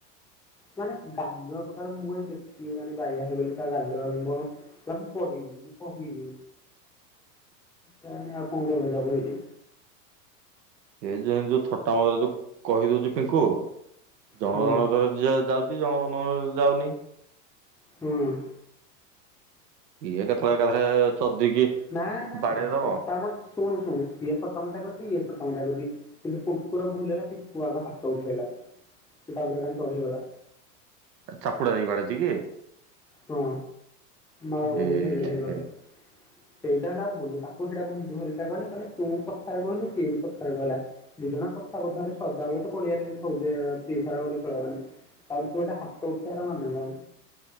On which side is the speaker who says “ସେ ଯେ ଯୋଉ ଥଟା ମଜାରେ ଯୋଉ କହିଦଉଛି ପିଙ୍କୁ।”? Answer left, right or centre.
Right